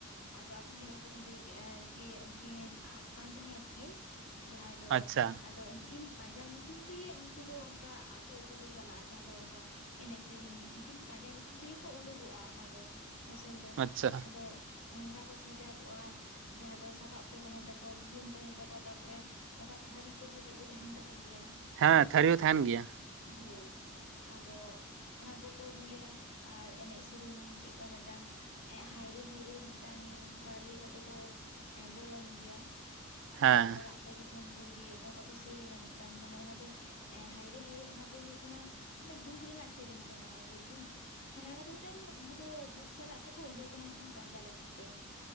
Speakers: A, on the left; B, on the right.
A: ᱟᱫᱚ ᱟᱵᱤᱱ ᱡᱟᱦᱟ ᱞᱮᱠᱟ ᱵᱤᱱ ᱞᱟᱹᱭ ᱠᱮᱜᱼᱟ᱾ ᱡᱮ ᱩᱱᱠᱤᱱ ᱟᱫ ᱠᱟᱱ ᱛᱟᱦᱮᱸ ᱟᱠᱤᱱ᱾ ᱡᱟᱦᱟᱭ ᱫᱚ
B: ᱟᱪᱪᱷᱟ
A: ᱟᱫᱚ ᱩᱱᱠᱤᱱ ᱯᱟᱸᱡᱟ ᱧᱩᱛᱩᱢ ᱛᱮᱜᱮ ᱩᱱᱠᱩ ᱫᱚ ᱚᱱᱠᱟ ᱟᱹᱛᱩ, ᱟᱹᱛᱩ ᱠᱚ ᱪᱟᱞᱟᱜ-ᱟ ᱡᱟᱦᱟ ᱫᱚ ᱚᱱᱠᱟ ᱮᱱᱮᱡ ᱥᱮᱨᱮᱧ ᱩᱱᱠᱤᱱ ᱯᱟᱸᱡᱟ ᱧᱩᱛᱩᱢ ᱛᱮᱜᱮ ᱠᱚ ᱩᱰᱩᱠ ᱜᱚᱜ-ᱟ ᱚᱱᱟ ᱫᱚ ᱟᱥᱚᱞ ᱫᱚ
B: ᱟᱪᱪᱷᱟ
A: ᱟᱫᱚ ᱚᱱᱠᱟ ᱠᱚ ᱥᱟᱡᱟᱣ ᱠᱚᱜ-ᱟ ᱡᱟᱦᱟ ᱫᱚ ᱥᱟᱯᱟᱵ ᱠᱚ ᱛᱟᱦᱮᱱ ᱛᱟᱠᱚᱣᱟ ᱵᱷᱩᱣᱟᱹᱝ ᱛᱟᱦᱮᱱ ᱛᱟᱠᱚᱣᱟ ᱛᱟᱯᱚᱨᱮ ᱚᱱᱠᱟ ᱛᱷᱟᱹᱨᱤ ᱠᱚᱥᱮ ᱪᱮᱫ ᱠᱚ ᱛᱟᱦᱮᱱ ᱛᱟᱠᱚ ᱜᱮᱭᱟ᱾
B: ᱦᱮᱸ ᱛᱷᱟᱹᱨᱤ ᱦᱚᱸ ᱛᱟᱦᱮᱱ ᱜᱮᱭᱟ᱾
A: ᱦᱳᱭ ᱟᱫᱚ ᱚᱱᱟ ᱠᱚᱠᱚ ᱨᱩᱭᱟ ᱟᱨ ᱮᱱᱮᱡ ᱥᱮᱨᱮᱧ ᱪᱮᱫᱠᱟ ᱢᱤᱫᱴᱟᱝ ᱮᱜ ᱦᱟᱭᱨᱮ, ᱦᱟᱭᱨᱮ ᱢᱤᱫᱴᱟᱝ ᱠᱟ ᱞᱟᱹᱭ ᱠᱟᱛᱮᱜ ᱠᱚ ᱮ ᱵᱚᱞᱚᱱ ᱜᱮᱭᱟ᱾
B: ᱦᱮᱸ
A: ᱚᱱᱠᱟ ᱚᱲᱟᱜ ᱠᱚ ᱡᱚᱠᱷᱚᱱ ᱠᱚ ᱤᱭᱟᱹ ᱟᱠᱚ ᱚᱱᱠᱟ ᱠᱚ ᱥᱮᱨᱮᱧᱟ ᱢᱤᱫᱴᱟᱝ ᱢᱟᱱᱮ ᱚᱱᱟ ᱫᱚ ᱮᱸᱻ ᱦᱟᱭᱨᱮ, ᱦᱟᱭᱨᱮ ᱚᱱᱟ ᱫᱚ ᱦᱳᱭᱳᱜ ᱠᱟᱱᱟ ᱫᱩᱠ ᱨᱮᱱᱟᱜ ᱥᱮᱨᱮᱧ ᱠᱟᱱᱟ ᱚᱱᱟ ᱫᱚ᱾ ᱫᱩᱠ ᱢᱟᱱᱮ ᱚᱱᱟ ᱫᱚ ᱢᱤᱫᱴᱟᱝ ᱩᱱᱠᱩ ᱫᱚ ᱫᱩᱠ ᱥᱟᱞᱟᱜ ᱛᱮᱠᱚ ᱳᱸᱰᱳᱜ ᱠᱟᱱᱟ ᱩᱱᱠᱤᱱ ᱯᱟᱸᱡᱟ ᱞᱟᱹᱜᱤᱫ ᱛᱮ᱾